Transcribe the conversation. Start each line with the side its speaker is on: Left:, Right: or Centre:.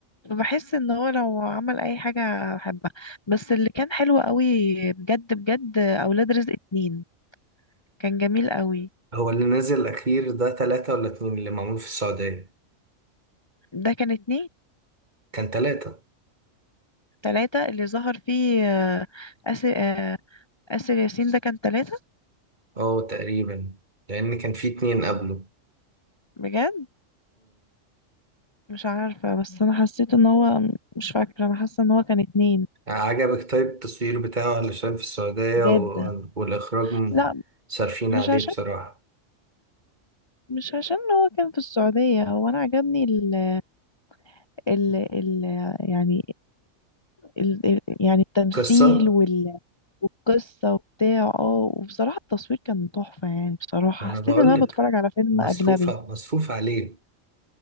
Left: بحس ان هو لو عمل اي حاجة احبها بس اللي كان حلو قوي بجد بجد اولاد رزق اتنين كان جميل قوي
Right: هو اللي نزل الاخير ده تلاتة ولا اتنين اللي معمول في السعودية
Left: ده كان اتنين
Right: كان تلاتة
Left: تلاتة اللي ظهر فيه آه، آسر آه، آسر ياسين ده كان تلاتة
Right: اه تقريبا لان كان في اتنين قبله
Left: بجد مش عارفة بس انا حسيت ان هو مش فاكرة انا حاسة ان هو كان اتنين
Right: يعني عجبك طيب التصوير بتاعه علشان في السعودية
Left: بجد
Right: و... والإخراج م-
Left: لا
Right: صارفين
Left: مش
Right: عليه
Left: عشان
Right: بصراحة
Left: مش عشان هو كان في السعودية هو انا عجبني ال ال ال يعني ال ال يعني التمثيل
Right: قصة
Left: والقصة وبتاع اه وبصراحة التصوير كان تحفة يعني بصراحة
Right: ما أنا
Left: حسيت
Right: بقولك
Left: ان انا بتفرج على فيلم
Right: مصروف
Left: اجنبي
Right: مصروف عليه